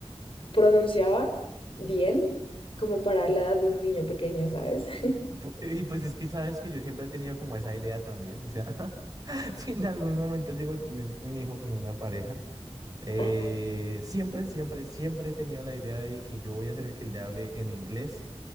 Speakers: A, on the left; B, on the right.
A: pronunciaba bien como para la edad de un niño pequeño, ¿sabes? <laughs>
B: Pu- Y pues es que sabes que yo siempre he tenido como esa idea también. O sea, <laughs> si en algún momento llego a tener un hijo con una pareja, eh,
A: Ah,
B: siempre, siempre, siempre he tenido la idea de que yo voy a ser el que le hable en inglés.